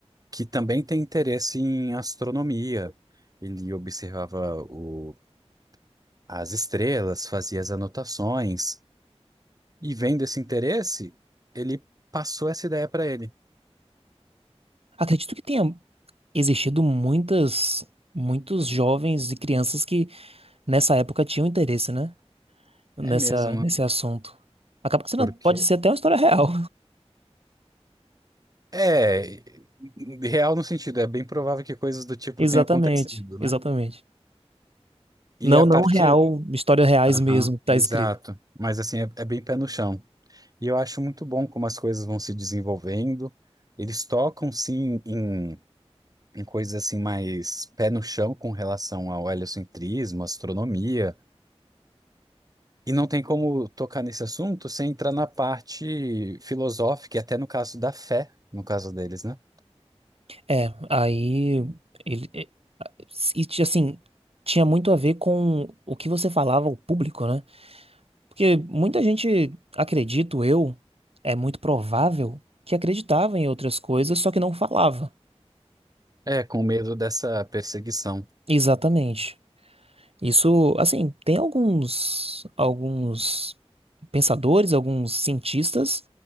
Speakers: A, on the right; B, on the right.
A: que também tem interesse em astronomia. Ele observava o- as estrelas, fazia as anotações. E vendo esse interesse, ele passou essa ideia para ele.
B: Acredito que tenha. existido muitas, muitos jovens e crianças que nessa época tinham interesse, né? Nessa,
A: É mesmo, né?
B: nesse assunto. Acaba que sendo-
A: porque.
B: pode ser até uma história real.
A: É, real no sentido, é bem provável que coisas do tipo
B: <laughs> Exatamente,
A: tenham acontecido, né?
B: exatamente.
A: E
B: Não,
A: a
B: não
A: partir.
B: real, histórias reais
A: Aham,
B: mesmo, tá
A: Exato.
B: escrito.
A: Mas assim, é, é bem pé no chão. E eu acho muito bom como as coisas vão se desenvolvendo. Eles tocam, sim, em, em coisas assim mais pé no chão com relação ao heliocentrismo, astronomia. E não tem como tocar nesse assunto sem entrar na parte filosófica, e até no caso da fé, no caso deles, né?
B: É, aí ele é, e ti- assim, tinha muito a ver com o que você falava ao público, né? Porque muita gente, acredito eu, é muito provável que acreditava em outras coisas, só que não falava.
A: É, com medo dessa perseguição.
B: Exatamente. Isso, assim, tem alguns alguns pensadores, alguns cientistas